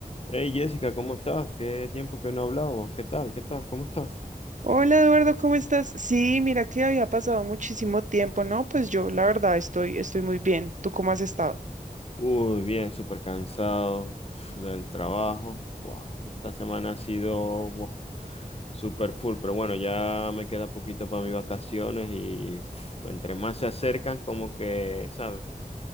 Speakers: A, on the left (about 40°); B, on the right (about 55°).
A: Hey Jessica, ¿cómo estás? Qué tiempo que no hablábamos. ¿Qué tal? ¿Qué tal? ¿Cómo estás?
B: Hola Eduardo, ¿cómo estás? Sí, mira que había pasado muchísimo tiempo, ¿no? Pues yo la verdad estoy, estoy muy bien. ¿Tú cómo has estado?
A: Uy, bien, súper cansado del trabajo. Wow, esta semana ha sido wow, súper full, pero bueno, ya me queda poquito para mis vacaciones y uf, entre más se acercan, como que, ¿sabes?